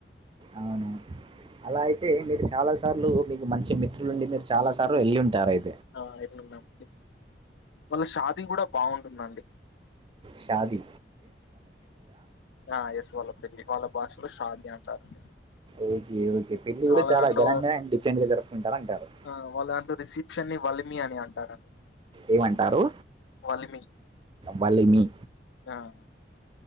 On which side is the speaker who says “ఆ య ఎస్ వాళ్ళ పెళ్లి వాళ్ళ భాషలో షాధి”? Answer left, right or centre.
Left